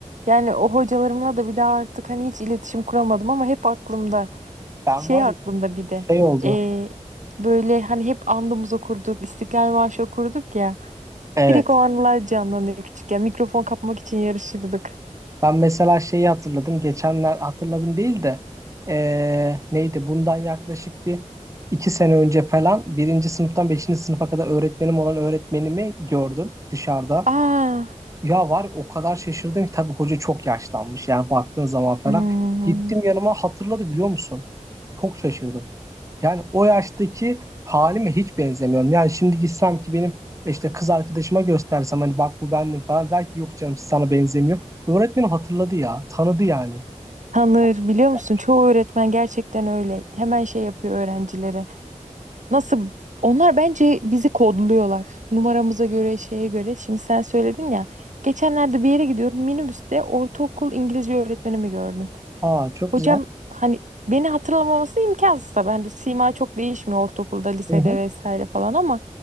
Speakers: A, on the right; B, on the right.
A: Yani o hocalarımla da bir daha artık hani hiç iletişim kuramadım ama hep aklımda.
B: Ben
A: Şey
B: var
A: aklımda
B: ya
A: bir de
B: şey oldu.
A: e, böyle hani hep andımız okurduk, İstiklal Marşı okurduk ya.
B: Evet.
A: Direkt o anılar canlanıyor küçükken. Mikrofon kapmak için yarışırdık.
B: Ben mesela şeyi hatırladım. Geçenler hatırladım değil de eee, neydi? Bundan yaklaşık bir iki sene önce falan birinci sınıftan beşinci sınıfa kadar öğretmenim olan öğretmenimi gördüm dışarıda.
A: Aa,
B: Ya var ya, o kadar şaşırdım ki tabii hoca çok yaşlanmış yani baktığın zaman falan.
A: hmm.
B: Gittim yanıma hatırladı biliyor musun? Çok şaşırdım. Yani o yaştaki halime hiç benzemiyorum. Yani şimdi gitsem ki benim işte kız arkadaşıma göstersem hani bak bu bendim falan der ki yok canım sana benzemiyor. Öğretmenim hatırladı ya tanıdı yani.
A: Tanır
B: İlginç
A: biliyor
B: gelmişti.
A: musun? Çoğu öğretmen gerçekten öyle. Hemen şey yapıyor öğrencilere. Nasıl? Onlar bence bizi kodluyorlar. Numaramıza göre, şeye göre. Şimdi sen söyledin ya. Geçenlerde bir yere gidiyorum. Minibüste ortaokul İngilizce öğretmenimi gördüm.
B: Aa çok
A: Hocam
B: güzel.
A: hani beni hatırlamaması imkansız tabii. Hani sima çok değişmiyor ortaokulda, lisede
B: Hı hı.
A: vesaire falan ama